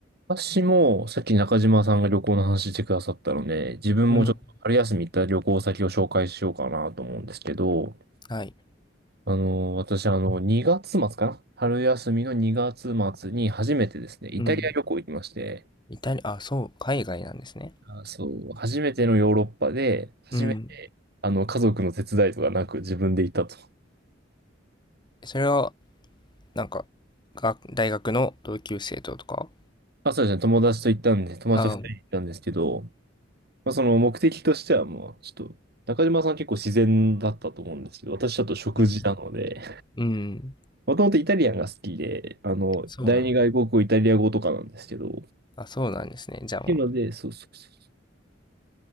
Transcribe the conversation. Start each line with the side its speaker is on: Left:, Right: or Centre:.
Right: 私も、さっき中島さんが旅行の話してくださったので、自分もちょっと春休み行った旅行先を紹介しようかなと思うんですけど、
Left: うん。はい。
Right: あの、私、あの、2月末かな春休みの2月末に初めてですね、イタリア旅行行きまして、
Left: うん。イタリア、あ、そう、海外なんですね。
Right: あそう、初めてのヨーロッパで、初めて、
Left: うん。
Right: あの、家族の手伝いとかなく自分で行ったと。
Left: それは、なんか、が、大学の同級生ととか
Right: あ、そうですね、友達と行ったんで、友達と人で行ったんですけど、
Left: あ、うん。
Right: まあ、その目的としてはもう、ちょっと、中島さん結構自然だったと思うんですけど、私ちょっと食事なので、
Left: うん。うん。
Right: もともとイタリアンが好きで、あの、
Left: そうなんだ。
Right: 第二外国語イタリア語とかなんですけど、っ
Left: あ、そうなんですね。じゃあもう、
Right: ていうので、そうそうそうそう。